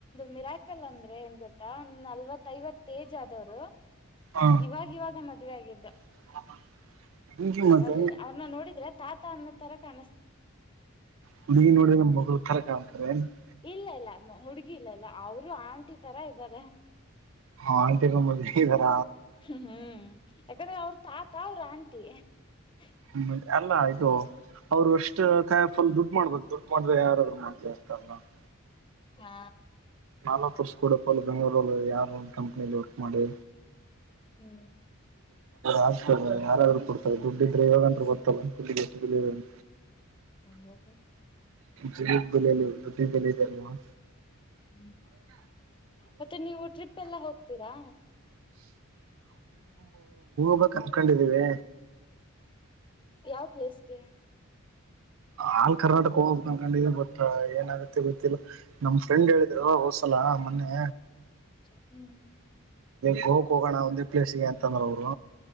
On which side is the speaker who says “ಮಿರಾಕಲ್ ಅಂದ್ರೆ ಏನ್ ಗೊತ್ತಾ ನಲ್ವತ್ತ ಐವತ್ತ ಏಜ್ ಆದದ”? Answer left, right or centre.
Left